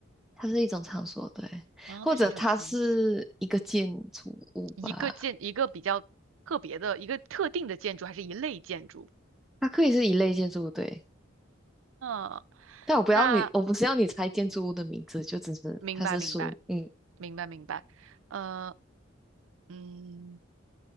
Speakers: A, in the centre; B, on the right.
A: 它是一种场所，对，
B: 啊，
A: 或者它是一个建筑物吧。
B: 它是一种场所，一个建一个比较特别的一个特定的建筑，还是一类建筑
A: 它可以是一类建筑物，对。
B: 啊？
A: 但我不要你，
B: 那
A: 我不是要你猜建筑物的名字，就只是它是属于，
B: 明白明白
A: 嗯，
B: 明白明白，呃嗯。